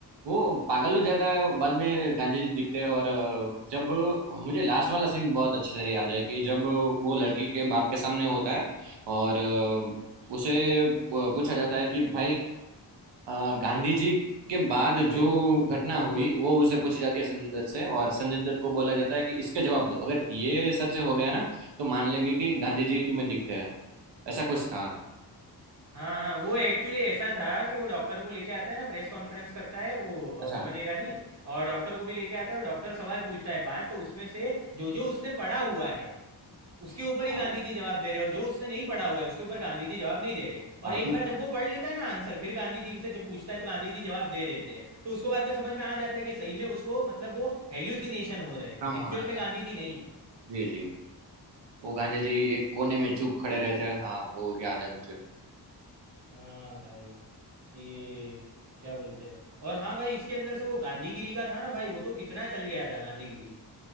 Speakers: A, on the right; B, on the right.
A: वो पागल हो जाता है बाद में गांधी जी दिखते हैं और अ, जब मुझे लास्ट वाला सीन बहुत अच्छे से याद है कि जब वो लड़की के बाप के सामने होता है और अ, उसे प- पूछा जाता है कि भाई अ, गांधी जी के बाद जो घटना हुई वो उसे पूछी जाती है संजय दत्त से और संजय दत्त को बोला जाता है कि इसके जवाब दो अगर ये सच हो गया ना तो मान लेंगे कि गांधी जी तुम्हें दिखते हैं ऐसा कुछ था
B: हाँ हाँ वो एक्चुअली ऐसा था कि वो डॉक्टर को लेके आता है ना प्रेस कॉन्फ्रेंस करता है वो अ,
A: अच्छा
B: बमन ईरानी और डॉक्टर को भी लेके आता है और डॉक्टर सवाल पूछता है पांच तो उसमें से जो जो उसने पढ़ा हुआ है उसके ऊपर ही
A: हाँ
B: गांधी जी जवाब दे रहे हैं और जो उसने नहीं पढ़ा हुआ है उसके ऊपर गांधी जी जवाब नहीं दे रहे और
A: हाँ
B: एक
A: चूक
B: बार जब वो पढ़ लेता है ना आंसर फिर गांधी जी से जब पूछता है तो गांधी जी जवाब दे देते हैं तो उसको बाद में समझ में आ जाता है कि सही में उसको मतलब वो हेल्यूसिनेशन हो रहे हैं
A: काम
B: एक्चुअल
A: हो रहा
B: में
A: था
B: गांधी जी नहीं है
A: जी जी वो गांधी जी एक कोने में चुप खड़े रहते हैं हाँ वो याद है मुझे
B: हाँ भाई ये क्या बोलते हैं और हाँ भाई इसके अंदर से वो गांधीगिरी का था ना भाई वो तो कितना चल गया था गांधीगिरी